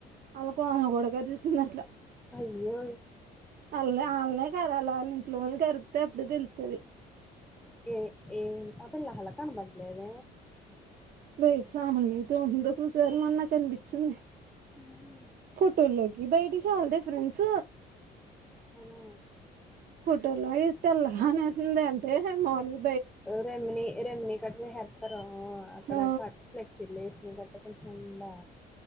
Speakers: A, on the right; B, in the centre.
A: ఆల్ కోనలు కూడా ఎవరు చూసినా అట్ల
B: అయ్యో!
A: అయ్యో అల్లనే కరవలా ని అట్లోని కరిత్తె అప్పుడు తెలుత్తది
B: ఏ ఏ ఆ పిల్ల హల కనబల్లెద
A: బయట సామాన్మయితో ఉందో కూసారు అ నాకునిపించింది
B: హుహు.
A: ఫొటోల్లోకి ఈ బైటి చాలా డిఫరెన్స్
B: అనా
A: ఫోటోల్లో ఇ తెల్ల అనేంది అంటే మాలుగా
B: రెమిినీ రెమిినీ కట్ చేసేస్తారు అక్కడ
A: ఆ
B: కట్ ఫ్లెక్సీ లేేస్ని కట్ట అ కొంచండ